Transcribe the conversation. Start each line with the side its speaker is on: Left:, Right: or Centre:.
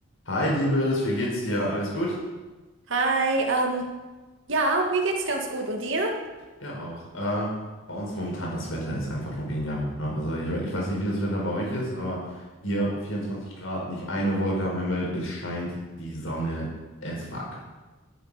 Left: Hi, Liebes, wie geht's dir? Alles gut?
Right: Hi, ähm, ja, mir geht's ganz gut. Und dir?
Left: Ja, auch. Äh, bei uns momentan das Wetter ist einfach nur genial. Ne? Also ich, we- ich weiß nicht, wie das Wetter bei euch ist, aber hier 24 Grad, nicht eine Wolke am Himmel, es scheint die Sonne as fuck.